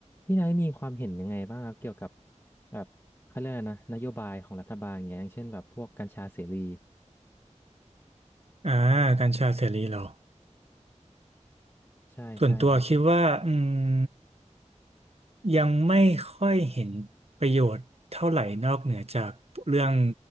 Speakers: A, on the left (about 20°); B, on the right (about 55°).
A: พี่นายมีความเห็นยังไงบ้างครับเกี่ยวกับแบบเขาเรียกอะไรนะนโยบายของรัฐบาลอย่างเงี้ยอย่างเช่นแบบพวกกัญชาเสรี
B: อ่ากัญชาเสรีเหรอ
A: ใช่ใช่ครับ
B: ส่วนตัวคิดว่าอืมยังไม่ค่อยเห็นประโยชน์เท่าไหร่นอกเหนือจากเรื่อง